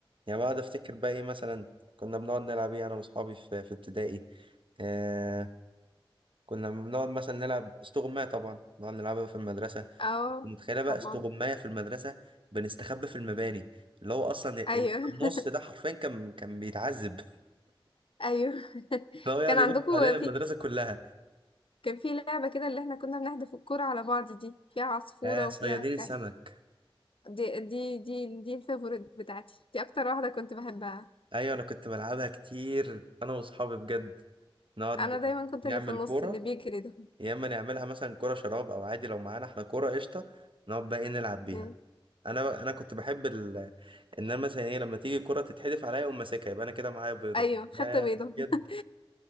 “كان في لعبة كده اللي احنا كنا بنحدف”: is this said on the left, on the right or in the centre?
Left